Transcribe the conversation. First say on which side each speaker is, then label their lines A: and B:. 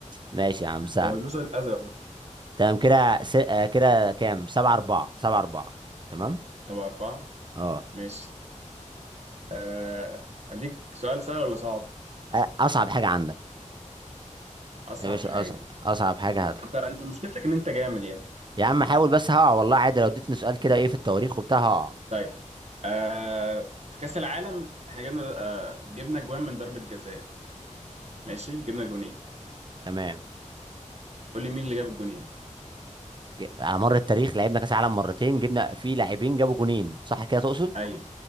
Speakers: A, on the right; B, on the right.
A: ماشي يا عم سهل
B: هو البلوز الازرق برضه
A: تمام كده س... آه، كده كام سبعة أربعة سبعة أربعة تمام
B: طب اربعه
A: اه
B: ماشي آه، اديك سؤال سهل ولا صعب
A: آه، أصعب حاجة عندك
B: اصعب
A: يا باشا
B: حاجه
A: أصعب أصعب حاجة هاتها
B: انت انت مشكلتك ان انت جامد يعني
A: يا عم حاول بس هقع والله عادي لو اديتني سؤال كده إيه في التواريخ وبتاع هقع
B: طيب آه، في كاس العالم احنا جبنا آه، جبنا جوان من ضربه جزاء ماشي جبنا جونين
A: تمام
B: قول لي مين اللي جاب الجونين
A: ج- على مر التاريخ لعبنا كأس عالم مرتين جبنا فيه لاعبين جابوا جونين صح كده تقصد
B: ايوه